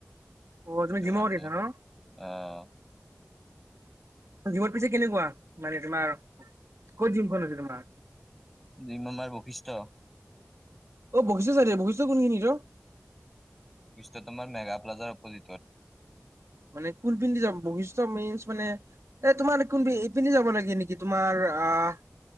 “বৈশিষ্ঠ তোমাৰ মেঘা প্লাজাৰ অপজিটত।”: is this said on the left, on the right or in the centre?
Centre